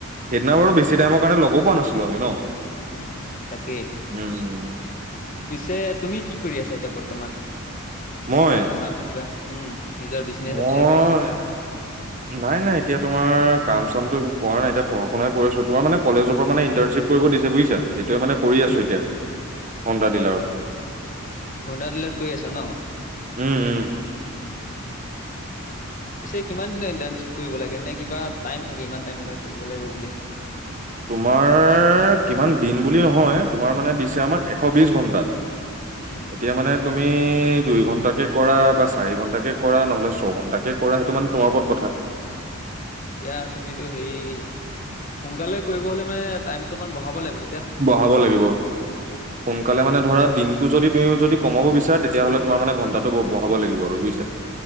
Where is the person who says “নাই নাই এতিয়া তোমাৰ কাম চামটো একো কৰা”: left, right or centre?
Right